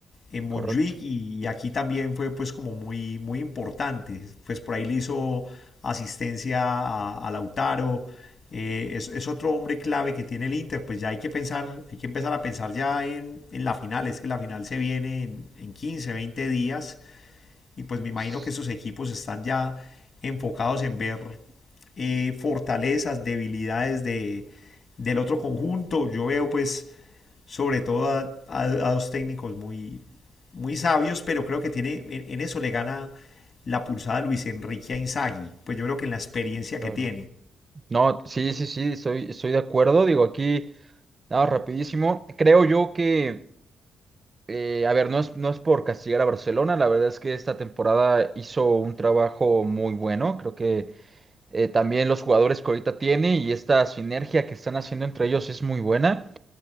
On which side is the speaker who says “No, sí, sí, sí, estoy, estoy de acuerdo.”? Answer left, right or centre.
Right